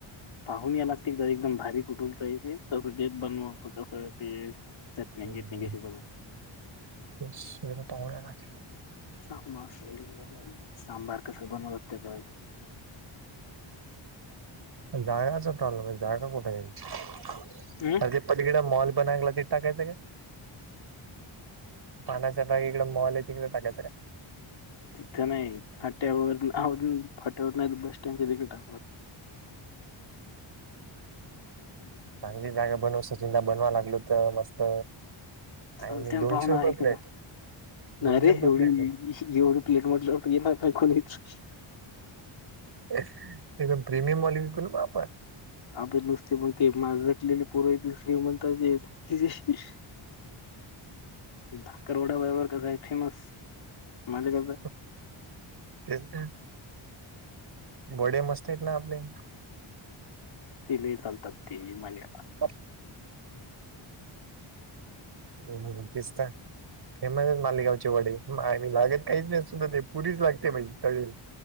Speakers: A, on the left; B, on the right.
A: पाहून याय लागती तर एकदम भारी कुठुलच आहे ते <unintelligible> बनवू ते. चटणी
B: हम्
A: गिटणी
B: ह
A: कशी बनव
B: ते शेत पाहा
A: सांबार, सांबार कस बनवतातते
B: जागाच प्रॉब्लेम जागा कुठे आहे
A: हम्
B: आधी पण हिला मॉल बनयला ते सांगायचं काय पण चग इड मॉल तिकड सांगायचं का
A: तिथं नाही फाट्यावर, फाट्यावर नाही बस सटँड देखील टाकलं ह
B: चांगली जागा बनव सचिनला बनवा लागल होत मस्त
A: चालते
B: आणि मी
A: ना
B: दोनशे
A: पाहुणा
B: रुपये
A: आहे
B: प्लेट
A: का नाही
B: दोनशे
A: रे
B: रुपये
A: एवढी
B: प्लेट बघू
A: एवढी प्लेट म्हटलं येणार नाही कोणीच
B: एकदम प्रीमियम वा विक ना बापा
A: आपे नुसते पग ते मा झटलेले पुर द श म्हणता जे भाकरवडा बबर कसं आहे फेमस माजा कस आहे
B: हेच तेंन वडे मस्त आहेत ना आपले
A: तिली तलत त मल
B: ह ह तिस्ता फेमस आहेत मालेगावचे वडे आ मी लागत काहीच नाही सुद्धा ते पुरीच लागते बाई तळील